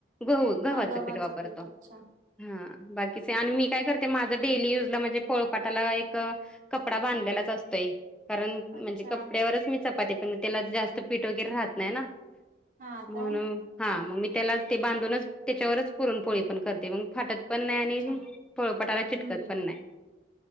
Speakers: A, in the centre; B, on the right.
A: ग गव्हाचं
B: हा गव्हाचा
A: पीठ वापरतो
B: अच्छा
A: हा बाकीचे आणि मी काय करते माझं डेली युजला म्हणजे पोळपाटाला एक कपडा बांधलेलाच असतोय कारण म्हणजे
B: अच्छा
A: च मी चपाती पण त्याला जास्त पीठ वगैरे राहत नाही ना
B: हा
A: म्हणून
B: काय
A: हा मग मी त्याला ते बांधूनच त्याच्यावरच पुरणपोळी पण करते मग फाटत पण नाही
B: अच्छा
A: आणि फोळोपटाला
B: हम्म
A: चिटकत पण नाही